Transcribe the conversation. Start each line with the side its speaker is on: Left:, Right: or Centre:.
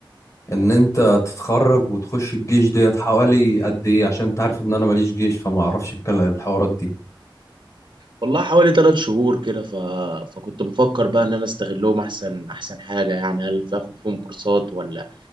Left: ان انت تتخرج وتخش الجيش ديت حوالي قد ايه عشان انت عارف ان انا ماليش جيش فما اعرفش الكل- الحوارات دي
Right: والله حوالي ثلاث شهور كده ف... فكنت بفكر بقى ان انا استغلهم احسن احسن حاجه يعني هل في اخد فيهم كورسات ولا